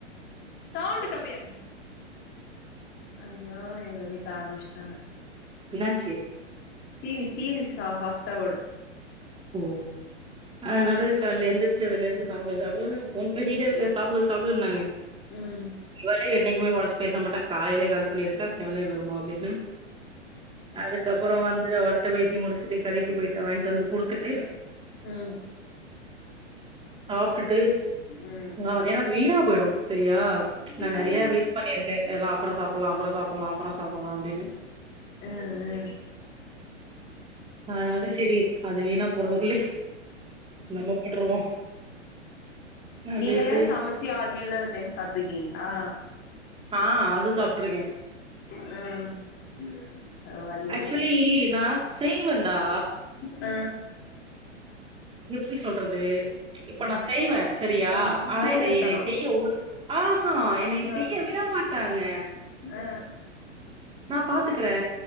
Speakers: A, on the left (about 30°); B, on the right (about 15°).
A: சவுண்ட் கம்மிய ஐயோ எங்க வீட்ல ஆரம்பிச்ட்டாங்க
B: என்னாச்சு
A: டீவி டீவி ச ஃபாஸ்ட்டா ஓடுது
B: ஓ அய்னால கால்ல எழுந்திரிச்சதுலே ருந்து சாப்டு சாப்டு ஃபோன் பேசிட்டேருக்கே சாப்டு சாப்டுன்னாங்க
A: ம்
B: இவளே என்னைக்குமே ஒன்ஸ் பேச மாட்டா காலைலே கால் பண்ணிருக்கா செவுனேனு இருமா அப்டின்னு அதுக்கப்றோ வந்து அவுள்ட்ட பேசி முடிச்சுட்டு கடைக்கு போய்ட்டு வாங்கிட்டு வந்து குடுத் துட்டு
A: ம்
B: சாப்டுட்டு
A: ம்
B: ஆ ஏனா வீணா போயிடு செரியா நா
A: ம்
B: நெறையா வெய்ட் பண்ணிருக்கே இதெல்லா அப்பறோ சாப்புல்லா அப்பறோ சாப்புல்லா அப்பறோ சாப்புல்லா அப்டின்னு
A: ஆ ஆ
B: அய்னால செரி அது வீணா போறதுக்குள்ளே நம்ம போட்ருவோ அப்டின்ட்டு
A: நீங்களே சமைச்சு யாருமே இல்லாத டைம் சாப்டுருக்கீங்களா
B: ஆ அது சாப்ட்டுருக்கே
A: ம் பரவால்லயே
B: ஆக்சுவலி நா செய்வே தா
A: ஆ
B: எப்டி சொல்றது இப்ப நா செய்வே செரியா
A: ஆ
B: ஆனா
A: சோம்பேறித்தனோ
B: இத இத செய்ய உட ஆ ஹா என்னைய
A: ஆ
B: செய்ய விட மாட் டாங்க
A: ஆ
B: நா பாத்துக்குறே